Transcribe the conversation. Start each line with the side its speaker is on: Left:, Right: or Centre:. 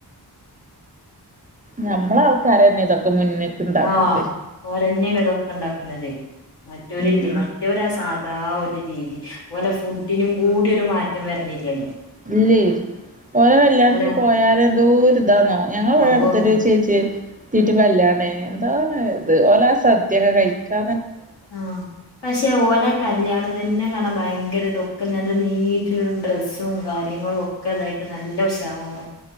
Right: ഞമ്മളെ ആൾക്കാരന്നെ ഇതൊക്കെ മുന്ന്ക്ക് ഇണ്ടാക്കണത്
Left: ആഹ് അവരെന്നെയാണ് ഇതൊക്ക ഇണ്ടാക്കണതേ മറ്റവരില്ലേ
Right: ഉം
Left: മറ്റവരാ സാം ന്താ ഒരു രീതി ഓലെ ഫുഡിനും കൂടി ഒരു മാറ്റം വരണില്ലല്ലോ
Right: ഇല്ലേ ഓര കല്യാണത്തിന്
Left: ഓരാ
Right: പോയാല് എന്തോര ഇതാന്നോ ഞങ്ങള് ഇവിടെ അടുത്തൊരു
Left: ഓയ്
Right: ചേച്ചി തീറ്റ് കല്യാണേ എന്തോന്ന് ഇത് ഓലാ സദ്ധ്യൊക്കെ കഴിക്കാ
Left: ആ പക്ഷെ ഓല കല്യാണം തന്നെ കാണ ഭയ ഭയങ്കര ഇതൊക്കെ നല്ല നീട്ട ഡ്രസ്സും കാര്യങ്ങളും ഒക്കെ അതായിട്ട് നല്ല ഉഷാറ